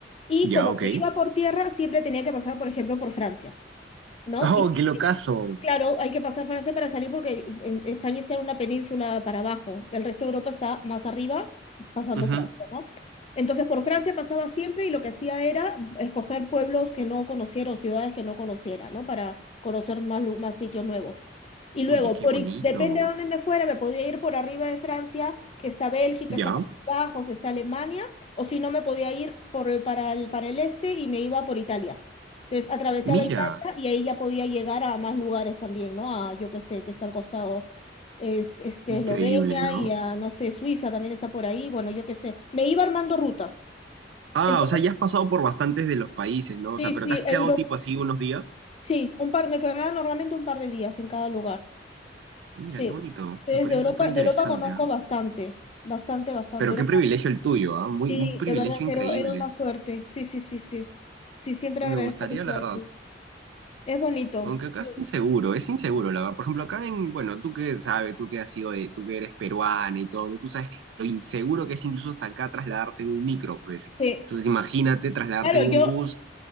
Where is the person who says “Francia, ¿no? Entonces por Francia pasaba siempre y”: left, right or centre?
Left